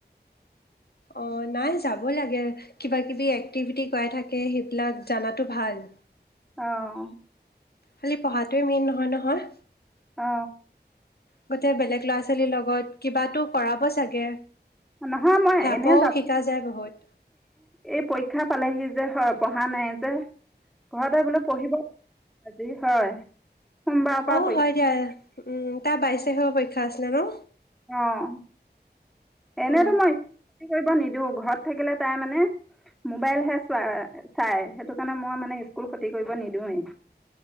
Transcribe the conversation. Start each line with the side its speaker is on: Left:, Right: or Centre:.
Left: অহ নাই যাবই লাগে কিবা কিবি এক্টিভিটি কৰাই থাকে সেইবিলাক জনাটো ভাল।
Centre: অহ
Left: খালি পঢ়াতোৱে মেইন নহয় নহয়
Centre: অ
Left: গোটেই বেলেগ ল'ৰা ল'ৰা-ছোৱালীৰ লগত কিবাতো কৰাব চাগে?
Centre: নহয় মই
Left: সেয়াপাও
Centre: এনে যাব
Left: শিকা যায় বহুত
Centre: এই পৰীক্ষা পালেহি যে হয় পঢ়া নাই যে ঘৰতে বোলো পঢ়িব আজি হয় সোমবাৰৰ পৰা
Left: অহ
Centre: পৰীক্ষা
Left: হয় দিয়া উম তাৰ বাইশ তাৰিখৰ পৰা পৰীক্ষা খাই আছিলে ন
Centre: অহ', এনেতো
Left: অ
Centre: মই কতি <unintelligible> কৰিব নিদিওঁ। ঘৰত থাকিলে তাই মানে মোবাইলহে চোৱা চাই সেইটো কাৰণে মই মানে স্কুল ক্ষতি কৰিব নিদিওঁৱেই।